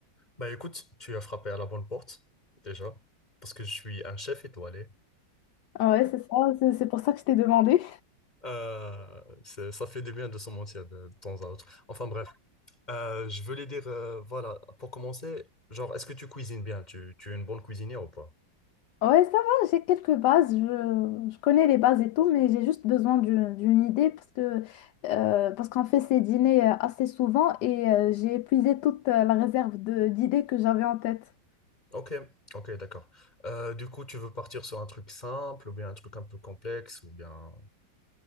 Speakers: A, on the left (about 20°); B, on the left (about 70°).
A: Bah écoute, tu as frappé à la bonne porte, déjà, parce que je suis un chef étoilé.
B: Ah Ouais, c'est ça, c'est c'est pour ça que je t'ai demandé.
A: Euh, c'est- ça fait du bien de se mentir de, de temps à autre. Enfin bref, Euh, je voulais dire, euh, voilà, pour commencer, genre, est-ce que tu cuisines bien? Tu, tu es une bonne cuisinière ou pas?
B: Ouais, ça va, j'ai quelques bases, je, je connais les bases et tout, mais j'ai juste besoin d'une d'une idée parce que, euh, parce qu'on fait ces dîners euh, assez souvent et euh, j'ai épuisé toute euh, la réserve de- d'idées que j'avais en tête.
A: Ok, ok, d'accord. Euh, du coup, tu veux partir sur un truc simple ou bien un truc un peu complexe ou bien...